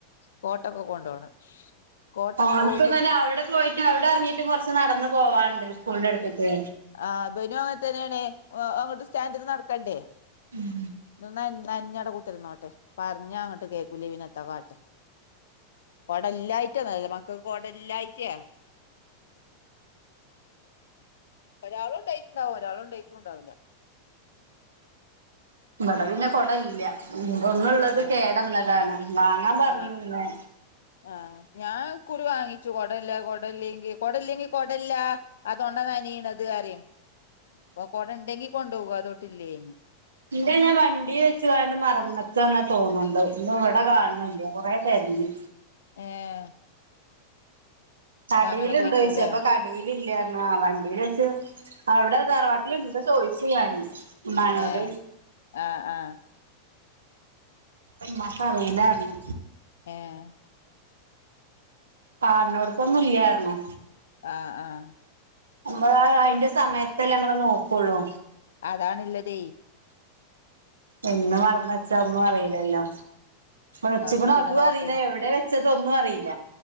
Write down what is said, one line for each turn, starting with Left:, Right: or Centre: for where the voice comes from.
Left: കോട്ടൊക്കെ കൊണ്ടോണെ കോട്ട
Right: ഓന്ക്കെന്നന്നെ
Left: കോട്ടും
Right: അവിടെ പോയിട്ട് അവിടെ ഇറങ്ങീട്ടും കൊറച്ച് നടന്നു പോവാണ്ട് സ്കൂളിന്റെ അടുത്തേക്ക്
Left: ആഹ് ഇബനും അങ്ങന തന്നേണ് ആഹ് അങ്ങട്ട് സ്റ്റാൻഡിന്ന് നടക്കണ്ടേ
Right: ഉം
Left: ഇന്ന് നനഞ്‌ നനഞ്ഞവിടെ കുത്തിരുന്നോട്ടെ പറഞ്ഞ അങ്ങട്ട് കേക്കൂല പിന്നെന്താ കാട്ടാ കുടല്ല ഇല്ലായിട്ടന്നല്ല മക്കക്ക് കുടല്ലായിട്ടയാ ഒരാളു കുണ്ടോയ്ട്ടുണ്ടാവും ഒരാള് കുണ്ടോയിട്ടും ഉണ്ടാവില്ല
Right: ഇവിടെ പിന്നെ കൊട ഇല്ല ഒന്നുള്ളത്
Left: ആഹ്
Right: കേടന്നതാണ് വാങ്ങാൻ പറഞ്ഞിരുന്നു
Left: ആഹ്
Right: ഇന്ന്
Left: ആഹ് ഞാൻ ഇക്കുറി വാങ്ങിച്ചു കൊടല്ല കൊടല്ലെങ്കി കൊടല്ലെങ്കി കൊടല്ലാ അതുകൊണ്ട നനിയണത് അറയും അപ്പ കൊടെ ഇണ്ടെങ്കി കൊണ്ടോകോ അതൊട്ടില്ലേനും
Right: ഇതു ഞാൻ വണ്ടി വെച്ച കണ്ട് മറന്നച്ചന്നെ തോന്നുണ്ട് ഇന്ന ഇവിടെ കാണണില്ല കൊറേ തെരഞ്ഞു
Left: ഏഹ്
Right: കടിൽ
Left: അങ്ങനെ
Right: എണ്ടോ
Left: പോയിക്കൂലേ
Right: ചോയിച്ച അപ്പ കടേലില്ലാർന്നാ വണ്ടീല് വെച്ച് അവിടെ തറവാട്ടിലിണ്ട് ചോദിച്ച് ഞാന് ഉമ്മാനോട്
Left: ഏഹ് ആഹ് ആഹ്
Right: ഈ മാസറിയില്ലായിരുന്നു
Left: ആഹ്
Right: കാൺണോട്ത്തൊന്നും ഇല്ലാർന്നു
Left: ആഹ് ആഹ്
Right: നമ്മളാ അതിന്റെ സമയത്തെല്ലെ നമ്മള് നോക്കൊള്ളു
Left: അതാണുള്ളതേ
Right: എന്ന് മറന്ന് വെച്ചാ ഒന്നും അറിയില്ലല്ലൊ വെച്ച്ക്കണ്
Left: നമ്മള് പിന്നെ
Right: അതും
Left: നോക്കൂല
Right: അറിയില്ല എവിടേ വെ ച്ച്തൊന്നും അറില്ല